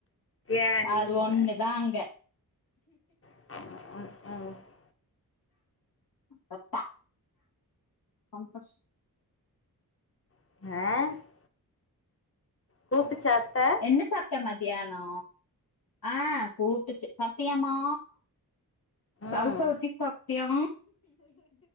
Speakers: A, on the left; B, on the left.
A: ஏன்டி
B: அது
A: நீ
B: ஒண்ணுதா
A: வேற
B: அங்க
A: ம் ம்
B: தத்தா பம்பஸ்
A: ஆ கூப்ட்டுச்சா அத்த
B: என்ன சாப்ட்ட மத்யானோ ஆ கூப்ட்டுச்சி சாப்ட்டியாமா வல்
A: ம்
B: சவுத்தி சாப்ட்டியா